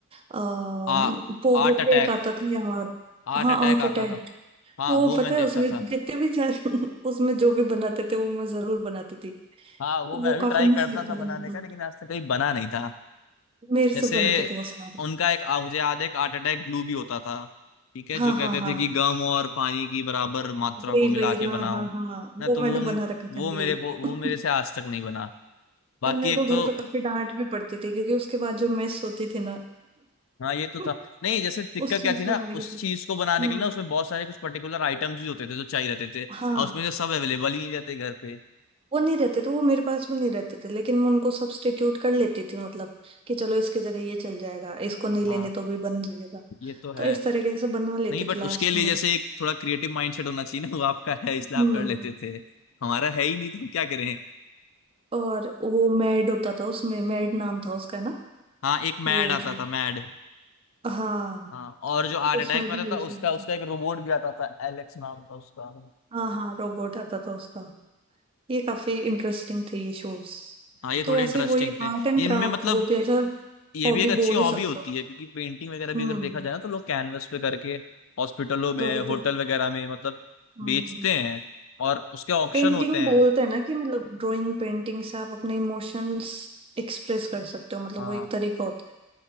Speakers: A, on the right; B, on the left.
A: अः
B: आ
A: पोगो
B: आर्ट अटैक
A: पे एक आता था यार
B: आर्ट
A: हाँ
B: अटैक
A: आर्ट
B: आता
A: अटैक
B: था हाँ
A: वो
B: वो
A: पता
B: मैं देखता
A: है उसमें
B: था
A: जितने भी जा- <laughs> उसमें जो भी बनाते थे वो मैं जरूर बनाती थी
B: हाँ वो
A: वो
B: मैं अभी
A: काफी
B: ट्राई करता
A: मिस लगता
B: था बनाने
A: था मुझको
B: का लेकिन आज तक कहीं बना नहीं था
A: मेरे
B: जैसे
A: से बनते थे वो सारे
B: उनका एक आ, मुझे याद है एक आर्ट अटैक ग्लू भी होता था ठीक है
A: हाँ
B: जो कहते
A: हाँ हाँ
B: थे कि गम और पानी की बराबर मात्रा
A: वही
B: को मिला
A: वही
B: के
A: हाँ
B: बनाओ
A: हाँ हाँ
B: ना
A: वो
B: तो
A: मैंने
B: वो
A: बना रखा था
B: वो
A: ग्लू
B: मेरे को वो
A: <laughs>
B: मेरे से आज तक नहीं बना बाकी
A: और मेरे
B: एक
A: को घर
B: तो
A: पे काफी डांट भी पड़ती थी क्योंकि उसके बाद जो मेस होती थी ना
B: हाँ ये तो
A: <laughs>
B: था नहीं जैसे दिक्कत
A: उस चीज
B: क्या थी ना
A: बनाने
B: उस
A: के पीछे
B: चीज को बनाने
A: हम्म
B: के लिए ना उसमें बहुत सारे कुछ पर्टिकुलर आइटम्स भी होते थे जो चाहिए रहते थे
A: हाँ
B: और उसमें से सब अवेलेबल ही नहीं रहते घर पे
A: वो नहीं रहते थे वो मेरे पास भी नहीं रहते थे लेकिन मैं उनको सब्स्टिट्यूट कर लेती थी मतलब कि चलो इसकी जगह ये चल जाएगा इसको नहीं लेंगे
B: हाँ
A: तो भी बन जाएगा
B: ये तो है
A: तो इस तरीके से बनवा लेती
B: नहीं बट
A: थी लास्ट
B: उसके लिए
A: में
B: जैसे एक थोड़ा क्रिएटिव माइंडसेट होना चाहिए ना वो आपका है इसलिए
A: हम्म
B: आप कर लेते थे हमारा है ही नहीं तो हम क्या करें
A: और वो मैड होता था उसमें मैड नाम था उसका ना
B: हाँ एक मैड
A: वो
B: आता
A: जो
B: था मैड
A: हाँ
B: हाँ और जो हार्ट
A: उसमें
B: अटैक में
A: भी
B: आता
A: ये
B: था
A: सब
B: उसका उसका
A: था।
B: एक रोबोट भी आता था एलेक्स नाम था उसका हम्म।
A: हाँ हाँ रोबोट आता था उसका ये काफी इंटरेस्टिंग थे ये शोज
B: हाँ ये थोड़े
A: तो वैसे
B: इंटरेस्टिंग
A: वही
B: थे
A: आर्ट
B: ये
A: एंड क्राफ्ट
B: इनमें मतलब
A: वो भी ऐसा
B: ये
A: हॉबी
B: भी एक अच्छी
A: बोल
B: हॉबी
A: ही सकते
B: होती
A: हो आप।
B: है क्योंकि पेंटिंग वगैरह भी
A: हम्म
B: अगर देखा जाए ना तो लोग कैनवस पे करके हॉस्पिटलों में
A: वही
B: होटल
A: तो
B: वगैरह में मतलब
A: हम्म
B: बेचते हैं और उसके ऑक्शन
A: पेंटिंग
B: होते हैं
A: बोलते हैं ना कि मतलब ड्राइंग पेंटिंग से आप अपने इमोशंस एक्सप्रेस कर सकते हो मतलब
B: हाँ
A: वो एक तरीका होता